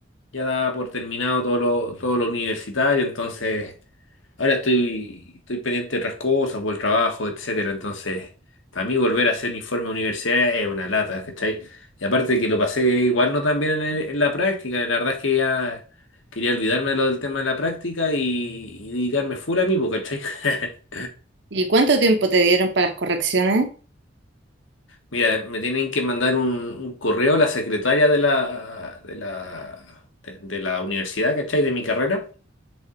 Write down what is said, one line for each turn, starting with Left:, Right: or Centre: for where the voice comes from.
Left: ya daba por terminado todo lo, todo lo universitario, entonces ahora estoy, estoy pendiente de otras cosas, por el trabajo, etcétera. Entonces, para mí volver a hacer un informe de universidad es una lata, ¿cachai? Y aparte que lo pasé igual no tan bien en, el- en la práctica, la verdad es que ya quería olvidarme de lo del tema de la práctica y, y dedicarme full a mí, po, ¿cachai? <laughs>
Right: ¿Y cuánto tiempo te dieron para las correcciones?
Left: Mira, me tienen que mandar un, un correo a la secretaria de la, de la, de, de la universidad, ¿cachai? De mi carrera.